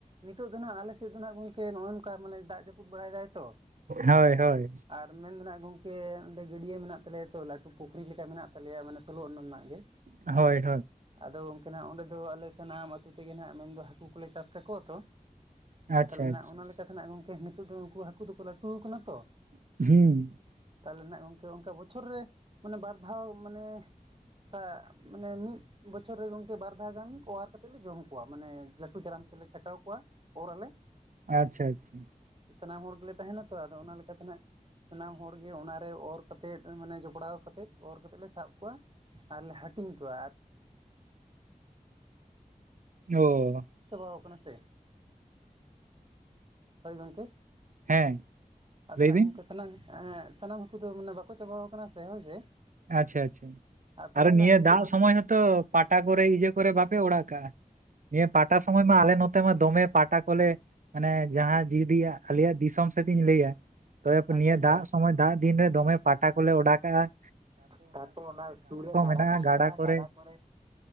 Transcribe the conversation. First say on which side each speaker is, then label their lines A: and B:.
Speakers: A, on the right (about 40°); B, on the right (about 70°).
A: ᱱᱤᱛᱚᱜ ᱫᱚ ᱱᱟᱦᱟᱜ ᱟᱞᱮ ᱥᱮᱫ ᱫᱚ ᱱᱟᱦᱟᱜ ᱜᱚᱝᱠᱮ ᱱᱚᱜ-ᱚ ᱱᱚᱝᱠᱟ ᱢᱟᱱᱮ ᱫᱟᱜ ᱡᱟᱩ ᱯᱩᱫ ᱵᱟᱲᱟᱭ ᱫᱟᱭ ᱛᱚ,
B: ᱦᱳᱭ ᱦᱳᱭ
A: ᱟᱨ ᱢᱮᱱᱫᱚ ᱱᱟᱦᱟᱜ ᱜᱚᱝᱠᱮ ᱚᱸᱰᱮ ᱜᱟᱹᱰᱤᱭᱟᱹ ᱢᱮᱱᱟᱜ ᱛᱟᱞᱮᱭᱟ ᱛᱚ ᱞᱟᱹᱴᱩ ᱯᱩᱠᱷᱨᱤ ᱞᱮᱠᱟ ᱢᱮᱱᱟᱜ ᱛᱟᱞᱮᱭᱟ ᱢᱟᱱᱮ ᱥᱳᱞᱳ ᱚᱱᱟ ᱨᱮᱱᱟᱜ ᱜᱮ᱾
B: ᱦᱳᱭ ᱦᱳᱭ᱾
A: ᱟᱫᱚ ᱜᱚᱝᱠᱮ ᱱᱟᱦᱟᱜ ᱚᱸᱰᱮ ᱫᱚ ᱟᱞᱮ ᱥᱟᱱᱟᱢ ᱟᱹᱛᱩ ᱛᱮᱜᱮ ᱱᱟᱦᱟᱜ ᱢᱮᱱᱫᱚ ᱦᱟᱹᱠᱩ ᱠᱚᱞᱮ ᱪᱟᱥ ᱠᱟᱠᱚᱣᱟ ᱛᱚ,
B: ᱟᱪᱪᱷᱟ
A: ᱟᱨ ᱛᱟᱦᱞᱮ
B: ᱟᱪᱪᱷᱟ
A: ᱱᱟᱜ ᱚᱱᱟ ᱞᱮᱠᱟ ᱞᱮᱠᱟᱛᱮ ᱱᱟᱜ ᱜᱚᱝᱠᱮ ᱱᱤᱛᱚᱜ ᱫᱚ ᱩᱱᱠᱩ ᱦᱟᱹᱠᱩ ᱫᱚᱠᱚ ᱞᱟᱹᱴᱩ ᱟᱠᱟᱱᱟ ᱛᱚ,
B: <unintelligible>
A: ᱛᱟᱦᱞᱮ ᱱᱟᱜ ᱜᱚᱝᱠᱮ ᱚᱝᱠᱟ ᱵᱚᱪᱷᱚᱨ ᱨᱮ ᱢᱟᱱᱮ ᱵᱟᱨ ᱫᱷᱟᱣ ᱢᱟᱱᱮ, ᱥᱟᱜ ᱢᱟᱱᱮ ᱢᱤᱫ, ᱵᱚᱪᱷᱚᱨ ᱨᱮ ᱜᱚᱝᱠᱮ ᱵᱟᱨ ᱫᱷᱟᱣ ᱜᱟᱱ ᱚᱣᱟᱨ ᱠᱟᱛᱮᱫ ᱞᱮ ᱡᱚᱢ ᱠᱚᱣᱟ ᱢᱟᱱᱮ ᱞᱟᱹᱴᱩ ᱡᱟᱨᱟᱢ ᱛᱮᱞᱮ ᱪᱷᱟᱠᱟᱣ ᱠᱚᱣᱟ᱾ ᱚᱨ ᱟᱞᱮ,
B: ᱟᱪᱪᱷᱟ ᱟᱪᱪᱷᱟ᱾
A: ᱥᱟᱱᱟᱢ ᱦᱚᱲ ᱜᱮᱞᱮ ᱛᱟᱸᱦᱮᱱᱟ ᱛᱚ ᱟᱫᱚ ᱚᱱᱟ ᱞᱮᱠᱟᱛᱮ ᱱᱟᱦᱟᱸᱜ, ᱥᱟᱱᱟᱢ ᱦᱚᱲ ᱜᱮ ᱚᱱᱟᱨᱮ ᱚᱨ ᱠᱛᱮᱫ ᱢᱟᱱᱮ ᱡᱚᱯᱲᱟᱣ ᱠᱟᱛᱮᱫ ᱚᱨᱛᱮᱫ ᱞᱮ ᱥᱟᱵ ᱠᱚᱣᱟ᱾ ᱟᱨᱞᱮ ᱦᱟᱹᱴᱤᱧ ᱠᱚᱣᱟ ᱟᱨ
B: ᱚᱻ
A: ᱪᱟᱵᱟᱣ ᱟᱠᱟᱱᱟ ᱥᱮ ᱦᱳᱭ ᱜᱚᱝᱠᱮ,
B: ᱦᱮᱸ
A: ᱟᱫᱚ
B: ᱞᱟᱹᱭ
A: ᱱᱟᱦᱟᱜ
B: ᱵᱤᱱ
A: ᱜᱚᱝᱠᱮ ᱥᱟᱱᱟᱝ ᱮᱜ ᱥᱟᱱᱟᱢ ᱦᱟᱹᱠᱩ ᱫᱚ ᱢᱟᱱᱮ ᱵᱟᱠᱚ ᱪᱟᱵᱟᱣ ᱟᱠᱟᱱᱟ ᱥᱮ ᱦᱳᱭ ᱥᱮ,
B: ᱟᱪᱪᱷᱟ ᱟᱪᱪᱷᱟ
A: ᱟᱨ ᱛᱟᱦᱚᱞᱮ
B: ᱟᱨᱚ ᱱᱤᱭᱟᱹ
A: ᱱᱟᱜ ᱱᱤᱛᱚᱜ
B: ᱫᱟᱜ
A: ᱫᱚ
B: ᱥᱚᱢᱚᱭ ᱦᱚᱸᱛᱚ ᱯᱟᱴᱟ ᱠᱚᱨᱮ ᱤᱡᱟᱹ ᱠᱚᱨᱮ ᱵᱟᱯᱮ ᱚᱲᱟᱜ ᱠᱟᱜ-ᱟ? ᱱᱤᱭᱟᱹ ᱯᱟᱴᱟ ᱥᱚᱢᱚᱭ ᱢᱟ ᱟᱞᱮ ᱱᱚᱛ ᱱᱚᱛᱮᱢᱟ ᱫᱚᱢᱮ ᱯᱟᱴᱟ ᱠᱚᱞᱮ ᱢᱟᱱᱮ ᱡᱟᱦᱟᱸ ᱡᱤᱫᱤ-ᱟᱜ ᱟᱞᱮᱭᱟᱜ ᱫᱤᱥᱚᱢ ᱥᱮᱛ ᱤᱧ ᱞᱟᱹᱭᱟ, ᱛᱚᱵᱮᱯᱮ ᱱᱤᱭᱟᱹ
A: ᱟᱪᱪᱷᱟ
B: ᱫᱟᱜ
A: ᱟᱪᱪᱷᱟ
B: ᱥᱚᱢᱚᱭ ᱫᱟᱜ ᱫᱤᱱ ᱨᱮ ᱫᱚᱢᱮ ᱯᱟᱴᱟ ᱠᱚᱞᱮ ᱚᱰᱟ ᱠᱟᱜ-ᱟ᱾
A: ᱛᱟᱨᱯᱚᱨ ᱚᱱᱟ ᱥᱩᱨ ᱨᱮ ᱜᱟᱰᱟ
B: ᱢᱮᱱᱟᱜᱼᱟ
A: ᱠᱚ ᱢᱮᱱᱟᱜ-ᱟ
B: ᱠᱚᱨᱮ
A: ᱜᱟᱰᱟ ᱠᱚᱨᱮᱫ,